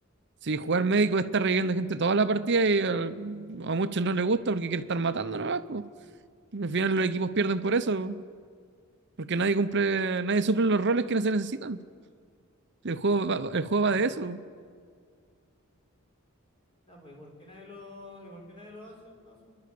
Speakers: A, on the right; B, on the left.
A: Si jugar médico está reviviendo gente toda la partida y al- a muchos no les gusta porque quiere estar matando nomás, po. Al final los equipos pierden por eso, po, porque nadie cumple, nadie suple los roles que se necesitan. El juego va- el juego va de eso.
B: Ya, pues, ¿y por qué nadie lo, y por qué nadie lo hace entonces?